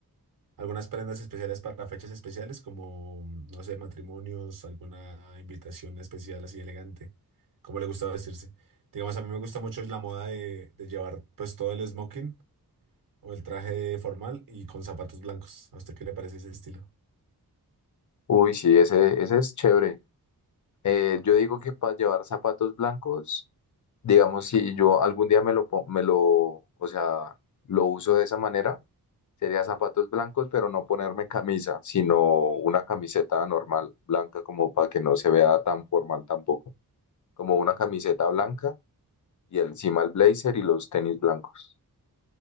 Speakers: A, on the right; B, on the left.
A: algunas prendas especiales para fechas especiales, como, no sé, matrimonios, alguna invitación especial así elegante? ¿Cómo le gusta vestirse? Digamos, a mí me gusta mucho la moda de, de llevar pues todo el smoking o el traje formal y con zapatos blancos. ¿A usted qué le parece ese estilo?
B: Uy, sí, ese, ese es chévere. Eh, yo digo que para llevar zapatos blancos, digamos, si yo algún día me lo, po- me lo, o sea, lo uso de esa manera, sería zapatos blancos, pero no ponerme camisa, sino una camiseta normal, blanca, como para que no se vea tan formal tampoco. Como una camiseta blanca y encima el blazer y los tenis blancos.